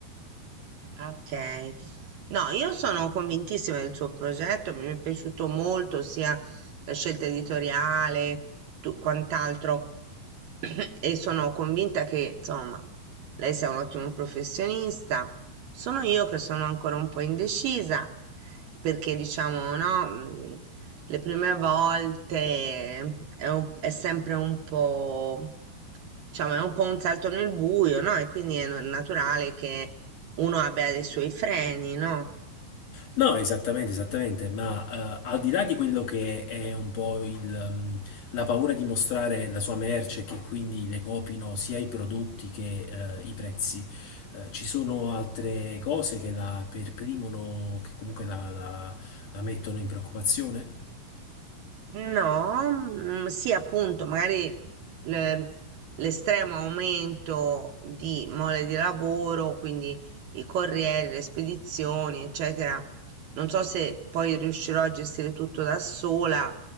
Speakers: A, on the right; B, on the left.
A: Ok. No, io sono convintissima del suo progetto, mi è piaciuto molto sia la scelta editoriale, tu- quant'altro, <clears throat> e sono convinta che, insomma, lei sia un ottimo professionista Sono io che sono ancora un po' indecisa, perché diciamo, no, mm, le prime volte è, un- è sempre un po', diciamo, è un po' un salto nel buio, no? E quindi è no- naturale che uno abbia dei suoi freni, no?
B: No, esattamente, esattamente, ma eh, al di là di quello che è un po' il, ehm, la paura di mostrare la sua merce, e che quindi le copino sia i prodotti che eh, i prezzi, eh, ci sono altre cose che la perprimono, che comunque la, la la mettono in preoccupazione?
A: No, mm, sì, appunto, magari le- l'estremo aumento di mole di lavoro, quindi i corrieri, le spedizioni, eccetera. Non so se poi riuscirò a gestire tutto da sola,